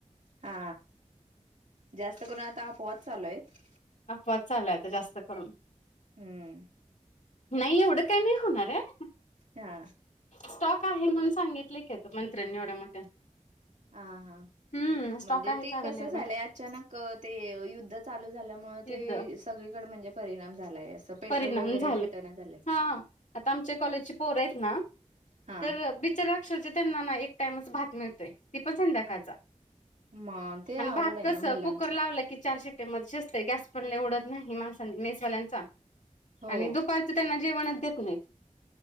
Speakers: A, on the right; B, on the left.
A: हा जास्त करून आता अफवाच चालू हाईत.
B: अफवाच चालू आहे, आता जास्त करून.
A: हम्म
B: नाही एवढं काय नाही होणार आहं.
A: हा.
B: स्टॉक आहे म्हणून सांगितले की आता मंत्र्यांनी एवढ्या मोठ्या.
A: हा हा
B: हम्म स्टॉक
A: म्हणजे
B: आहेत
A: ते
B: अवेलेबल
A: कसं झालंय अचानक युद्ध, चालू झाल्यामुळं
B: युद्ध
A: ते सगळीकडे म्हणजे परिणाम झालायं असं पेट्रोल
B: परिणाम
A: वगैरे
B: झाले
A: भेटणा झालंय.
B: हा. आता आमच्या कॉलेजची पोहर आहेत ना
A: हा
B: तर बिचाराअक्षरशा त्यांना ना एक टाइमच भात मिळतो. ते पण संध्याकाळचा
A: मग ते
B: आणं
A: अवघड
B: भात
A: आहे
B: कसं
A: ना मुलांचं
B: कुकर लावला कि चार शिटया ते मग शिजतंय गॅस पण लई वढत नाही माण मेसवाल्यांचा
A: हो
B: आणि दुपार, तर त्यांना जेवणच देत नाही.